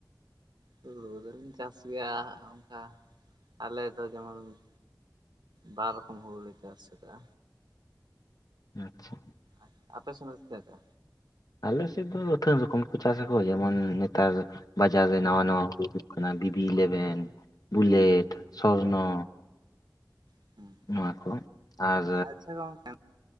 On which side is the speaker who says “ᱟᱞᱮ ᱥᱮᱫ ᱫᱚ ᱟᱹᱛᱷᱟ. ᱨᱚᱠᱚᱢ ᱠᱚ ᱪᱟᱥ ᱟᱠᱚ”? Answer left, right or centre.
Left